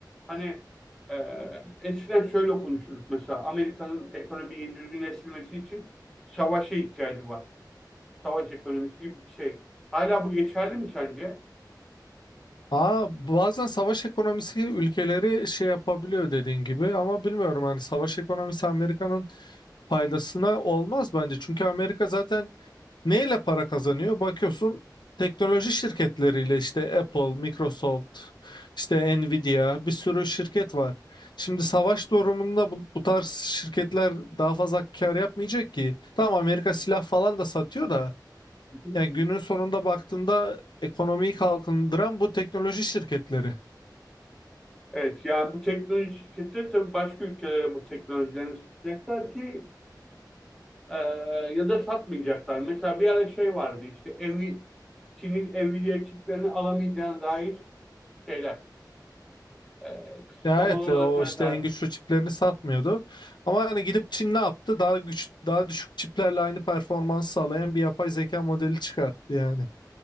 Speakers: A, in the centre; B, on the left.
A: Hani e, eskiden şöyle konuşurduk mesela Amerika'nın ekonomiyi düzgünleştirmesi için savaşa ihtiyacı var. Savaş ekonomisi gibi bir şey. Hala bu geçerli mi sence?
B: Aa bazen savaş ekonomisi ülkeleri şey yapabiliyor dediğin gibi ama bilmiyorum hani savaş ekonomisi Amerika'nın faydasına olmaz bence çünkü Amerika zaten Neyle para kazanıyor? Bakıyorsun teknoloji şirketleriyle işte Apple, Microsoft, işte Nvidia bir sürü şirket var. Şimdi savaş durumunda bu, bu tarz şirketler daha fazla kar yapmayacak ki. Tamam Amerika silah falan da satıyor da
A: Evet.
B: yani günün sonunda baktığında ekonomiyi kalkındıran bu teknoloji şirketleri.
A: Evet yani bu teknoloji şirketleri tabii başka ülkelere bu teknolojilerini satacaklar ki e, ya da satmayacaklar. Mesela bir ara şey vardı işte Nvi- Çin'in Nvidia çiplerini alamayacağına dair şeyler, e, kısıtlamalar
B: Ya evet e,
A: olacağına
B: o işte
A: dair
B: en güçlü çiplerini satmıyordu. Ama hani gidip Çin ne yaptı? Daha güç daha düşük çiplerle aynı performans sağlayan bir yapay zeka modeli çıkarttı yani.